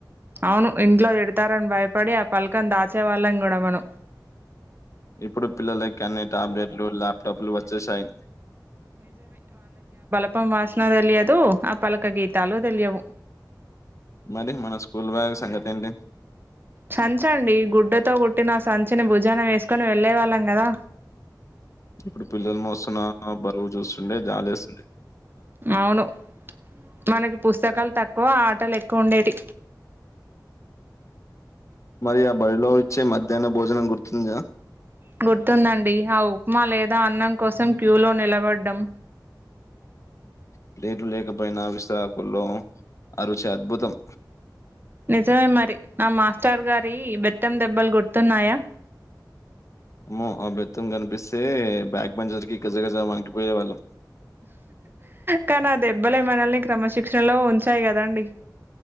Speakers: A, on the right (about 30°); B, on the left (about 45°).
A: అవును ఇంట్లో తిడతారని భయపడి ఆ పలకను దాచే వాళ్ళం కూడా మనం
B: ఇప్పుడు పిల్లల కనీ టాబ్లెట్లు ల్యాప్టాప్లు వచ్చేసాయి
A: అప్పం వాసన తెలియదు ఆ పలక గీతాలు తెలియవు
B: మరి మన స్కూల్ బ్యాగ్ సంగతి ఏంటి
A: సంచండి గుడ్డతో కుట్టిన సంచిని భుజానం వేసుకొని వెళ్ళే వాళ్ళం కదా
B: ఇప్పుడు పిల్లలు మోసన్న బరువు చూస్తుండే జాలి వేస్తుంది
A: అవును మనకి పుస్తకాలు తక్ ఆటలు ఎక్కువ ఉండేటి
B: మరి ఆ బడిలో ఇచ్చే మధ్యాహ్న భోజనం గుర్తుందా
A: గుర్తుందండి ఆ ఉప్మా లేదా అన్నం కోసం క్యూ లో నిలబడ్డం
B: ప్లేట్ లేకపోయినా విస్తరాకుల్లో ఆ రుచి అద్భుతం
A: నిజమే మరి ఆ మాస్టర్ గారి బెత్తం దెబ్బలు గుర్తున్నాయా
B: ఏమో ఆ బెత్తం కనిపిస్తే బ్యాక్ బెంచెర్ కి గజగజ వణికి పోయేవాళ్ళం
A: కానీ దెబ్బలే మనల్ని క్రమశిక్షణలో ఉంచాయి కదాండి